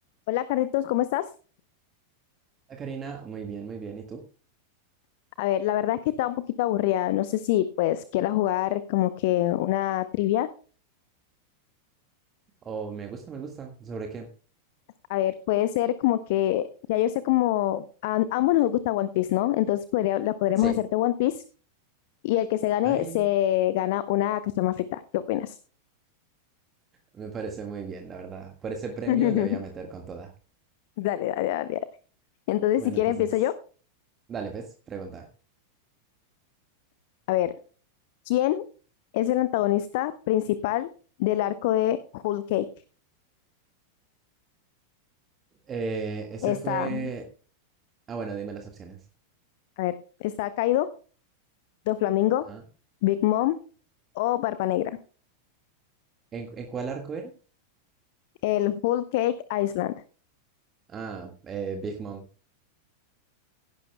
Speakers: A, on the left (about 50°); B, on the right (about 25°).
A: Hola Carlitos, ¿cómo estás?
B: Hola, Karina, muy bien, muy bien. ¿Y tú?
A: A ver, la verdad es que estaba un poquito aburrida. No sé si pues quieras jugar como que una trivia.
B: Oh, me gusta, me gusta. ¿Sobre qué?
A: A ver, puede ser como que ya yo sé como a ambos nos gusta One Piece, ¿no? Entonces podría, la podremos
B: Sí.
A: hacer de One Piece y el que se gane
B: Ay,
A: se gana una cachama frita. ¿Qué opinas?
B: me parece muy bien, la verdad. Por ese premio
A: <laughs>
B: le voy a meter con toda.
A: Dale, dale, dale, dale. Entonces,
B: Bueno,
A: si quiere
B: entonces,
A: empiezo yo.
B: dale, pues, pregunta.
A: A ver, ¿quién es el antagonista principal del arco de Whole Cake?
B: Eh, ese
A: Está,
B: fue... Ah, bueno, dime las opciones.
A: a ver, está Kaido, Doflamingo,
B: Ajá.
A: Big Mom. o Barba Negra.
B: ¿En, en cuál arco era?
A: El Full Cake Island.
B: Ah, eh, Big Mom,